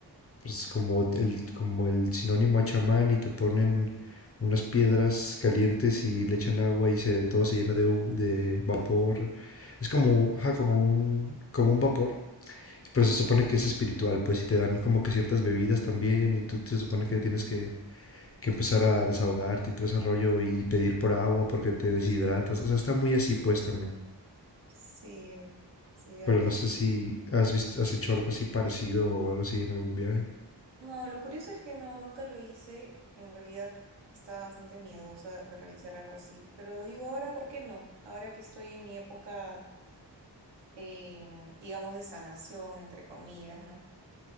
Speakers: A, on the left; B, on the right.
A: pues como el, como el sinónimo a chamán y te ponen unas piedras calientes y le echan agua y se, todo se llena de, hu- de vapor. Es como, ajá, como
B: Wow.
A: un, como un vapor, pero se supone que es espiritual, pues, y te dan como que ciertas bebidas también y tú te supone que tienes que que empezar a desahogarte y todo ese rollo y pedir por agua porque te deshidratas. O sea, está muy así pues también.
B: Sí, sí, ya
A: Pero
B: veo.
A: no sé si has visto, has hecho algo así parecido o algo así en algún viaje.
B: No, lo curioso es que no, nunca lo hice. En realidad estaba bastante miedosa de realizar algo así. Pero digo, ahora, ¿por qué no? Ahora que estoy en mi época eh, digamos, de sanación, entre comillas, ¿no?